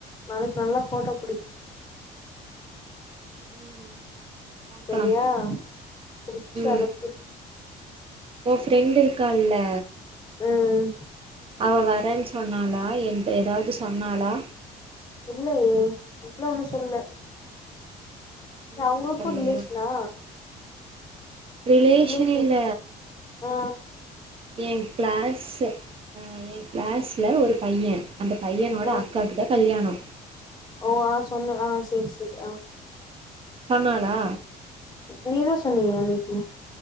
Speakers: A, on the left; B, on the right.
A: நாளைக்கு நல்லா ஃபோட்டோ புடி
B: ம் பாக்கலா
A: செரியா புடிச்சு
B: ம்
A: அனுப்பு
B: ஓ ஃப்ரெண்டு இருக்கால
A: ம்
B: அவ வரன் சொன்னாளா என்ட எதாது சொன்னாளா
A: இல்லையே அப்புல்லா ஒன்னு சொல்ல
B: அப்டிலா
A: ஏ அவுங்குளுக்கு
B: எதுவு சொல்லயா
A: ரிலேஷனா
B: ரிலேஷன்
A: ரிலேட்டிவ்
B: இல்ல
A: ஆ
B: ஏன் கிளாஸ்சு ஏன் கிளாஸ்ல ஒரு பையன் அந்த பையனோட
A: ஆ
B: அக்காக்கு தா கல்யாணோ
A: ஓ ஆ சொன்ன ஆ சேரி சேரி ஆ
B: சொன்னானா
A: நீ தா சொன்னியே அன்னைக்கு